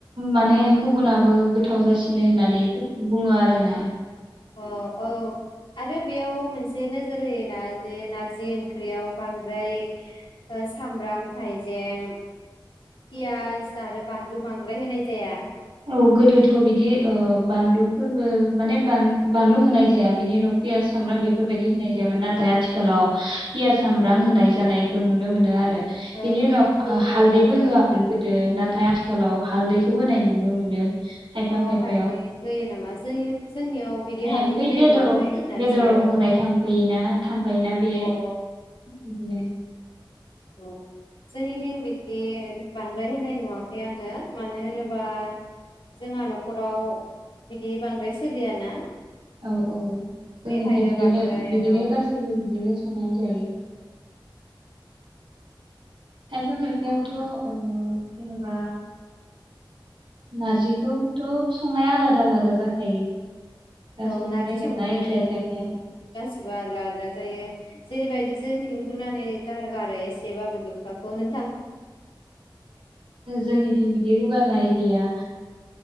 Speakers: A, on the right; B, on the left.
A: माने गुबुनाबो गोथाव जासिनो होननानै बेखौ बुङो आरो ना
B: अ औ आरो बेयाव मोनसे नोजोर होयोना जे नारजि ओंख्रियाव बांद्राय ओ सामब्राम हाइजें पियास आरो बानलु बांद्राय होनाय जाया
A: औ गोदोथ बिदि ओ बानलुफोरबो माने बानलु होनाय जाया बेनि उनाव पियास सामब्राम बेफोरबायदि होनाय जायामोन ना थाय आथिखालाव पियास सामब्राम
B: आथिखालाव
A: होनाय जानाय खो नुनो मोनो आरो
B: ओ
A: बेनि
B: गोनोखो
A: उनाव हालदैबो
B: मुगाजों
A: होआमोन गोदो नाथाय आथिखालाव हालदै खौ‌ होनाय नुनो मोनो खायफा
B: अ
A: खायफायाव
B: हालदै होयो नामा? जोंनि जोंनियाव बिदि
A: माने
B: हालदै
A: बै
B: होनाय
A: बेदराव
B: नुवाखै नारजियाव
A: बेदराव होनाय थांफैयोना थांफायोना बे
B: अ।
A: बिदिनो
B: औ जोंनिथिं बिदि बांद्राय होनाय नुवाखै आङो मानो होनोबा जोंहा न'खराव बिदि बांद्राय सोलियाना।
A: औ औ जोंनिथिं
B: बेखायनो
A: बिदिनो
B: बांद्राय
A: बिदिनो
B: औ
A: गासैबो बिदिनो संनानै जायो। खायफा खायफायावथ' ओ जेनबा नारजिखौथ' संनाया आलादा आलादा जाखायो। गासैबो
B: औ नारजि
A: जायगाना
B: संनाया
A: एखेया जाखाया
B: औ गासिबो आलदा आलदा जायो जेरैबायदि जोंनिथिं रुनानै नै गारगारो एसे बाबो गोखाखौ नों
A: जोंनिथिं बिदि रुगारनाय गैया।